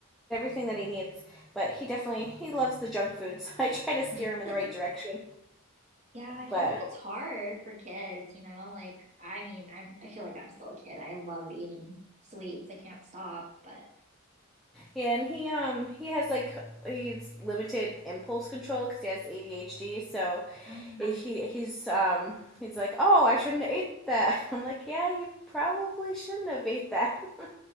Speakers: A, in the centre; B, on the right (about 35°).
A: everything that he needs. But he definitely, he loves the junk food, <laughs> so I try to steer
B: <laughs>
A: him in the right direction.
B: yeah I
A: But,
B: feel like it's hard for kids you know like I mean I'm I feel like I'm still a kid I love eating sweets I can't stop but
A: and he, um, he has like, he's limited impulse control because he has ADHD, so
B: um
A: he he's um he's like, "Oh, I shouldn't have ate that." <laughs> I'm like, "Yeah, you probably shouldn't have ate that." <laughs>